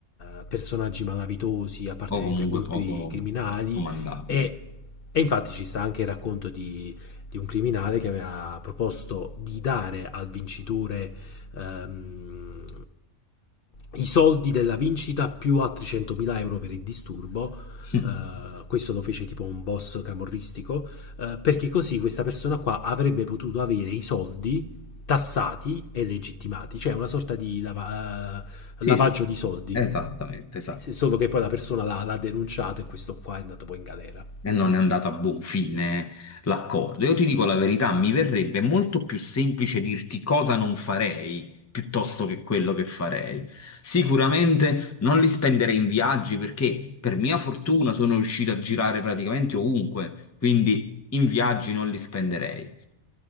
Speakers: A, on the left; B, on the left.
A: eh, personaggi malavitosi appartenenti
B: o comunque
A: a gruppi
B: poco
A: criminali
B: comandabile.
A: e, e infatti ci sta anche il racconto di, di un criminale che aveva proposto di dare al vincitore ehm, i soldi della vincita più altri 100.000 euro per il disturbo
B: <laughs>
A: Uh, questo lo fece tipo un boss camorristico, uh, perché così questa persona qua avrebbe potuto avere i soldi tassati e legittimati, cioè una sorta di lava- uh,
B: Sì,
A: lavaggio
B: sì, sì.
A: di soldi.
B: esattamente, esattamente.
A: Solo che poi la persona l'ha, l'ha, denunciato e questo qua è andato poi in galera.
B: E non è andato a buon fine l'accordo. Io ti dico la verità, mi verrebbe molto più semplice dirti cosa non farei piuttosto che quello che farei. Sicuramente non li spenderei in viaggi perché per mia fortuna sono riuscito a girare praticamente ovunque, quindi in viaggi non li spenderei.